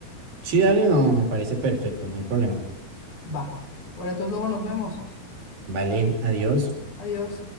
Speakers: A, on the right; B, on the left.
A: Sí, dale, no, me parece perfecto, no hay problema.
B: Va. Bueno, entonces luego nos vemos.
A: Vale, adiós.
B: Adiós.